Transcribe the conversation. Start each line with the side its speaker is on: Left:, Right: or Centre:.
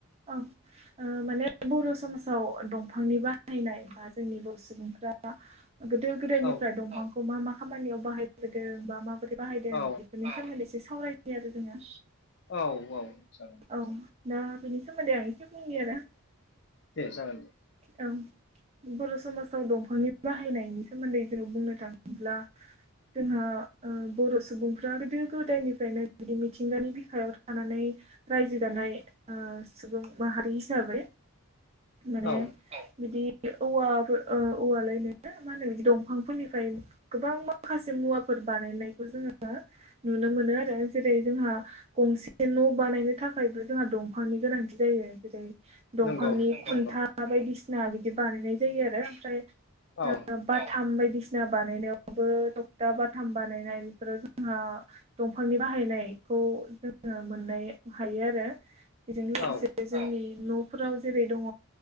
Right: औ ओ माने बर' समाजाव दंफांनि बाहायनाय बा जोंनि बर' सुबुंफ्रा गोदो गोदायनिफ्राय
Left: औ
Right: दंफांखौ मा मा खामानियाव बाहायबोदों बा माबोरै बाहायदों
Left: औ
Right: बेफोरनि सोमोन्दै एसे सावरायनि आरो जोङो।
Left: औ औ जागोन।
Right: औ दा बिनि सोमोन्दै आं एसे बुंनि आरो।
Left: दे जागोन‌ दे।
Right: औ बर' समाजाव दंफांनि बाहायनायनि सोमोन्दै जोङो बुंनो थाङोब्ला जोंहा ओ बर' सुबुंफ्रा गोदो गोदायनिफ्रायनो बिदि मिथिंगानि बिखायाव थानानै रायजो जानाय ओ सुबुं माहारि हिसाबै माने
Left: औ
Right: बिदि औवाफोर ओ औवालायनो मा होनो बिदि दंफांफोरनिफ्राय गोबां माखासे मुवाफोर बानायनायखौ जोङो नुनो मोनो आरो जेरै जोंहा गंसे न' बानायनो थाखायबो जोंहा दंफांनि गोनांथि जायो जेरै दंफांनि
Left: नंगौ
Right: खुन्था
Left: नंगौ
Right: बायदिसिना बिदि बानायनाय जायो‌ आरो ओमफ्राय
Left: औ
Right: ओ बाथाम‌ बाय दिसिना बानायनायावबो थखथा बाथाम बानायनाय इफोराव जोंहा दंफांनि बाहायनाय बेखौ जोङो मोननो हायो आरो बेजों लोगोसे
Left: औ
Right: जोंनि न' फोराव जेरै दङ